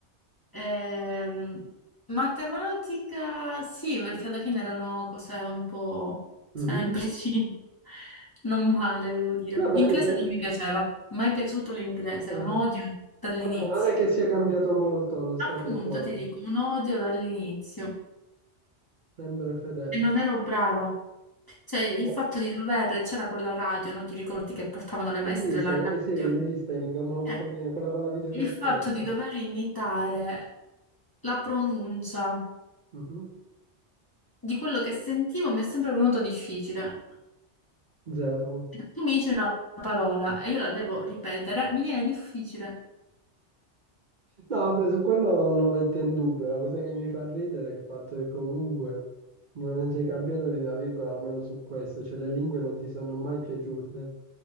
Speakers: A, on the left (about 20°); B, on the right (about 50°).
A: ehm, matematica sì, perché alla fine erano cose un po' semplici,
B: Mhm.
A: <laughs> non male devo dire.
B: Vabbè,
A: Inglese
B: se-
A: non mi piaceva, mai piaciuto l'inglese,
B: eh,
A: un odio dall'inizio.
B: vabbè, non è che sia cambiato molto lo
A: Appunto,
B: stato attuale,
A: ti dico, un odio dall'inizio
B: sempre fedele.
A: e non ero brava. Cioè, il
B: Oh,
A: fatto di dover, c'era quella radio, no? Ti ricordi che portavano le maestre
B: Il listening,
A: la radio?
B: eh sì, il listening, me lo potrò
A: Eh,
B: dire, quella con la videocassetta.
A: il fatto di dover imitare la pronuncia
B: Mhm.
A: di quello che sentivo mi è sempre venuto difficile.
B: Zero.
A: Tu mi dici una parola e io la devo ripetere, mi viene difficile.
B: No, vabbè, su quello non lo metto in dubbio, la cosa che mi fa ridere è il fatto che comunque non ne sei cambiato di una virgola, almeno su questo, cioè le lingue non ti sono mai piaciute,